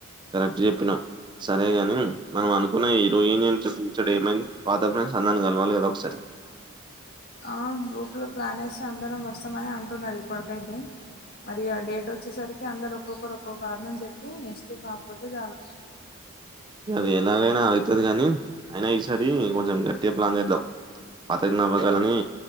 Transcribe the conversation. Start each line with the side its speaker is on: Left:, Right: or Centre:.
Right: కరెక్ట్ జేప్పినవ్ సరే గాని మనం అనుకున్న ఈరోయింగ్ ఇంట్రెస్ ఏమైంది. పాత ఫ్రెండ్స్ అందర్న్ కలవాలిగా ఒకసారి
Left: ఆ గ్రూప్లో ప్లాన్ ఏసి అందరం వసమని అంటున్నారు ఇప్పటికైతే. మరి ఆ డేట్ వచ్చేసరికి అందరు ఒక్కొక్కరు ఒక్కో కారణం చెప్ నేను ఎస్ కే బాపత్ గాల్
Right: అది ఎలాగైనా అయితది కాని అయినా ఈసారి కొంచెం గట్టిగా ప్లాన్ ఏద్దాం పత జ్ఞాపకాలనీ